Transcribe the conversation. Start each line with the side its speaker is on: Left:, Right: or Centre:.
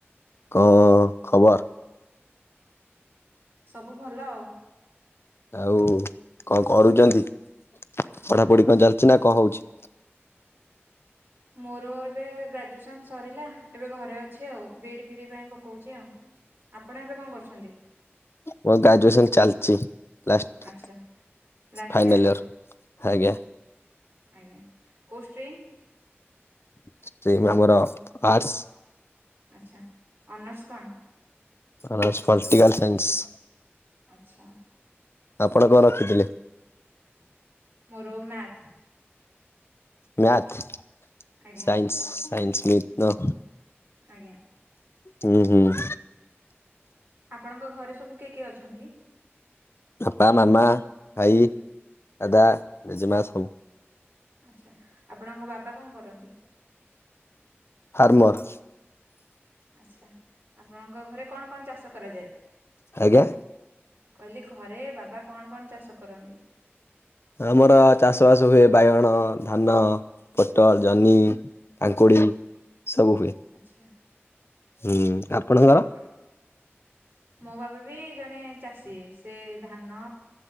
Left: କଣ ଖବର୍
Right: ସବୁ ଭଲ ଆଉ।
Left: ଆଉ କଣ କରୁଛନ୍ତି ପଢାପଢି କଣ ଚାଲିଛି ନା କଣ ହଉଛି?
Right: ମୋର ଏବେ ଗ୍ରାଜୁଏସନ ସରିଲା ଏବେ ଘରେ ଅଛି ଆଉ ବିଡି ଫିଡି ପାଇଁ ପକଉଛି ଆଉ। ଆପଣ ଏବେ କଣ କରୁଛନ୍ତି?
Left: ମୋର ଗ୍ରାଜୁଏସନ୍ ଚାଲିଛି ଲାଷ୍ଟ୍
Right: ଆଚ୍ଛା ଲାଷ୍ଟ
Left: ଫାଇନାଲ୍
Right: ଇୟର
Left: ଇଅର। ଆଜ୍ଞା।
Right: ଆଜ୍ଞା କୋଷ୍ଟ୍ରେନ୍
Left: ଷ୍ଟିମ୍ ଆମର ଆର୍ଟସ୍
Right: ଆଚ୍ଛା ଅନର୍ସ କଣ?
Left: Honours political science.
Right: ଆଚ୍ଛା
Left: ଆପଣ କଣ ରଖିଥିଲେ?
Right: ମୋର ମ୍ୟାଥ୍
Left: ମ୍ୟାଥ,
Right: ଆଜ୍ଞା
Left: ସାାଇନ୍ସ, ସାାଇନ୍ସ, ମି ତ
Right: ଆଜ୍ଞା।
Left: ହୁଁ ହୁଁ।
Right: ଆପଣଙ୍କ ଘରେ ସବୁ କିଏ କିଏ ଅଛନ୍ତି?
Left: ବାପା ମାମା ଭାଇ ଦାଦା ଜେଜେମା ସବୁ।
Right: ଆଚ୍ଛା! ଆପଣଙ୍କ ବାବା କଣ କରନ୍ତି?
Left: ଫାର୍ମର।
Right: ଆଛା ଆପଣଙ୍କ ଘରେ କଣ କଣ ଚାଷ କରାଯାଏ।
Left: ଆଜ୍ଞା
Right: କହିଲି ଘରେ ବାବା କଣ କଣ ଚାଷ କରନ୍ତି?
Left: ଆମର ଚାଷବାସ ହୁଏ ବାଇଗଣ, ଧାନ, ପୋଟଳ, ଜହ୍ନି। କାକୁଡ଼ି ସବୁ ହୁଏ।
Right: ଆଚ୍ଛା।
Left: ହୁଁ ଆପଣଙ୍କର
Right: ଆପ ମୋ ବାବା ବି ଜଣେ ଚାଷୀ। ସେ ଧାନ